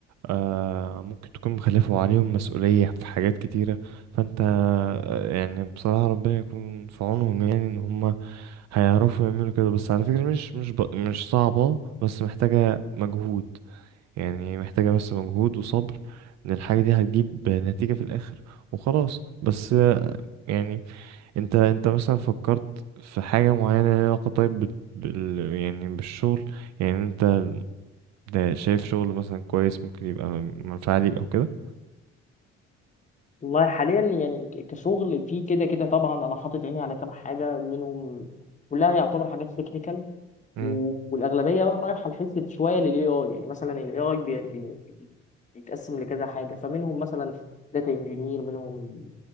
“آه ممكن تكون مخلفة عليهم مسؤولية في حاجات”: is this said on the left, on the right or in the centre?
Right